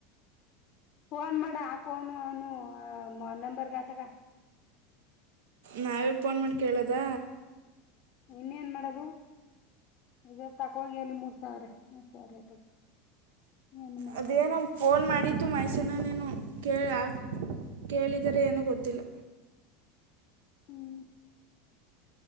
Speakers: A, on the left; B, on the right.
A: ಫೋನ್ ಮಾಡ ಆಕೋನ್ ನು ನಂಬರ್ ಗಾತಗ
B: ನಾವೇ ಫೋನ್ ಮಾಡಿ ಕೇಳೋದ
A: ಇನ್ನೇನ್ ಮಾಡೋದು ಇದ ತಕ ಅಲ್ಲಿ ಮೂರ್ ಸಾವಿರ ಮೂರ್ ಸಾವಿರ ಆಯ್ತ ಏನು ಮಾಡಕ್
B: ಅದೇನ
A: ಆಗಲ್ಲ
B: ಫೋನ್ ಮಾಡಿದ್ದು ಮೈ ಚನ್ನಾನೇನು ಕೇಳ ಕೇಳಿದರೆ ಏನೂ ಗೊತ್ತಿಲ್ಲ
A: ಹ್ಮ್